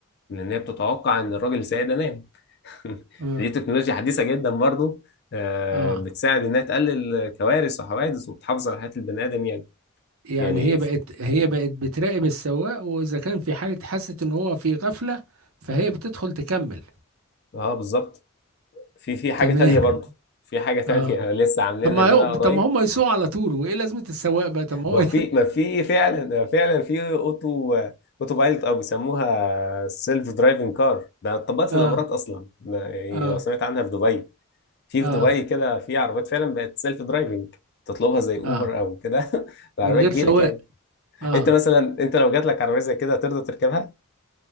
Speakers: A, on the left (about 45°); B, on the right (about 75°).
A: لان هي بتتوقع ان الراجل السايق ده نام <laughs>
B: اه,
A: دي تكنولوجيا حديثه جدا برضو آه،
B: آه.
A: بتساعد انها تقلل كوارث وحوادث وبتحافظ على حياه البني ادم يعني
B: يعني
A: يعني
B: هي بقت
A: ف-
B: هي بقت بتراقب السواق واذا كان في حاله حست ان هو في غفله فهي بتدخل تكمل
A: اه بالظبط في في حاجه
B: تمام
A: تانية برضو في حاجه تانية
B: اه
A: <laughs> لسه عاملينها
B: طب ما
A: دي
B: هو
A: بقى قريب
B: طب ما هم يسوقوا على طول وايه لازمه السواق بقى طب ما هو
A: ما في ما في فعلا فعلا في اوتو اوتو بايلوت او بيسموها سيلف درايفنج كار ده اتطبقت
B: <laughs>
A: في
B: اه
A: الامارات اصلا ده يعني
B: اه
A: لو سمعت عنها في دبي في
B: اه
A: في دبي كده في عربيات فعلا بقت سيلف درايفنج تطلبها زي اوبر
B: اه
A: او كده <laughs> العربيه
B: من غير
A: تجيلك
B: سواق
A: يعني
B: اه
A: انت مثلا انت لو جات لك عربيه زي كده هترضى تركبها